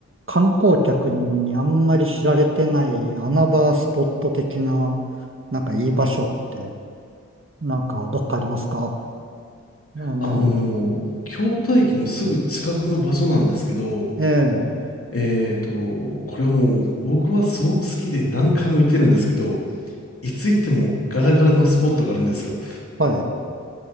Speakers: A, on the right; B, on the left.
A: 観光客にあんまり知られてない穴場スポット的な、なんかいい場所って、なんかどっかありますかあの、
B: あのー京都駅のすぐ近くの場所なんですけど、
A: ええ、
B: えーと、これはもう僕はすごく好きで何回も行ってるんですけど、いつ行ってもガラガラのスポットがあるんですよ。
A: はい。